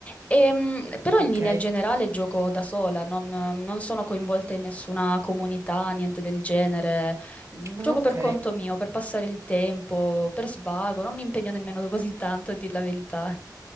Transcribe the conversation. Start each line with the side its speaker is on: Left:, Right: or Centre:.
Left: Ehm, però
Right: ok,
Left: in linea generale gioco da sola, non, non sono coinvolta in nessuna comunità, niente del genere. Mm, Gioco
Right: ah, ok.
Left: per conto mio, per passare il tempo, per svago, non mi impegno nemmeno <laughs> così tanto, a dir la verità.